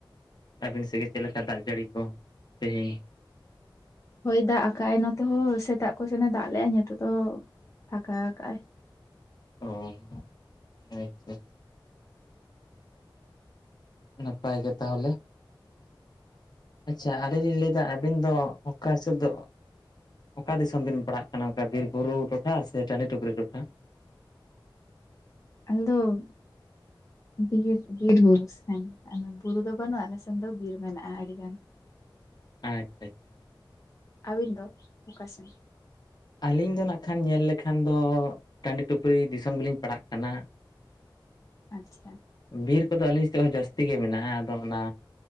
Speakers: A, on the left; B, on the left.
A: ᱟᱹᱵᱤᱱ ᱥᱮᱫ ᱜᱮ ᱪᱮᱫ ᱞᱮᱠᱟ ᱫᱟᱜ ᱡᱟᱹᱲᱤ ᱠᱚ ᱛᱮᱦᱮᱧ?
B: ᱦᱳᱭ ᱫᱟᱜ ᱟᱠᱟᱜᱼ ᱟᱭ ᱱᱚᱛᱮ ᱦᱚᱸ, ᱥᱮᱛᱟᱜ ᱠᱚ ᱥᱮᱱᱮ ᱫᱟᱜ ᱞᱮᱜᱼᱟᱭ ᱱᱮᱛᱚᱜ ᱫᱚ ᱯᱷᱟᱸᱠᱟ ᱟᱠᱟᱜ ᱟᱭ ᱾
A: ᱚ ᱟᱪᱪᱷᱟ ᱾ ᱱᱟᱯᱟᱭ ᱜᱮ ᱛᱟᱦᱚᱞᱮ ᱾ ᱟᱪᱪᱷᱟ ᱟᱹᱞᱤᱧ ᱞᱤᱧ ᱞᱟᱹᱭ ᱮᱫᱟ ᱟᱹᱵᱤᱱ ᱫᱚ ᱚᱝᱠᱟ ᱦᱤᱥᱟᱹᱵᱽ ᱫᱚ ᱼᱼ ᱚᱠᱟ ᱫᱤᱥᱚᱢ ᱵᱤᱱ ᱯᱟᱲᱟᱜ ᱠᱟᱱᱟ? ᱚᱱᱠᱟ ᱵᱤᱨ ᱵᱩᱨᱩ ᱴᱚᱴᱷᱟ ᱥᱮ ᱴᱟᱺᱰᱤ ᱴᱩᱠᱨᱤ ᱴᱚᱴᱷᱟ?
B: ᱟᱞᱮᱫᱚᱼᱼ ᱵᱤᱨ ᱵᱤᱨ ᱵᱩᱨᱩ ᱥᱮᱱ ᱟᱫᱚ ᱵᱩᱨᱩ ᱫᱚ ᱵᱟᱹᱱᱩᱜᱼᱟ, ᱟᱞᱮ ᱥᱮᱱ ᱫᱚ ᱵᱤᱨ ᱢᱮᱱᱟᱜᱼᱟ ᱟᱹᱰᱤᱜᱟᱱ ᱾ <inaudible>
A: ᱟᱪᱪᱷᱟ ᱟᱪᱷᱟ ᱾
B: ᱟᱹᱵᱤᱱ ᱫᱚ ᱚᱠᱟ ᱥᱮᱱ?
A: ᱟᱹᱞᱤᱧ ᱫᱚ ᱱᱟᱜ ᱠᱷᱟᱱ ᱧᱮᱞ ᱞᱮᱠᱷᱟᱱ ᱫᱚ ᱴᱟᱺᱰᱤ ᱴᱩᱠᱨᱤ ᱫᱤᱥᱚᱢ ᱜᱮᱞᱤᱧ ᱯᱟᱲᱟᱜ ᱠᱟᱱᱟ ᱾
B: ᱟᱪᱪᱷᱟ ᱾
A: ᱵᱤᱨ ᱠᱚᱫᱚ ᱟᱹᱞᱤᱧ ᱥᱮᱫ ᱦᱚᱸ ᱡᱟᱹᱥᱛᱤ ᱜᱮ ᱢᱮᱱᱟᱜᱼᱟ, ᱟᱫᱚ ᱚᱱᱟᱼᱼ